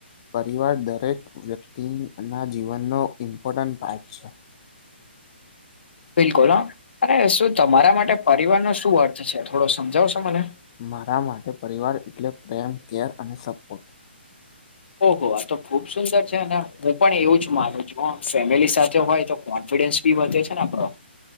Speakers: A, on the left; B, on the left.
A: પરિવાર દરેક વ્યક્ત ટી ના જીવનનો ઇમ્પોર્ટન્ટ પાર્ટ છે.
B: બિલકુલ હા, અને શું તમારા માટે પરિવારનો શું અર્થ છે? થોડો સમજાવશો મને
A: મારા માટે પરિવાર એટલે પ્રેમ, કેર અને સપોર્ટ.
B: ઓહો, આ તો ખુબ સુંદર છેને, હું પણ એવું જ માનું છું હ ફેમિલી સાથે હોય તો કોન્ફિડન્સ ભી વધે છે ને આપડો.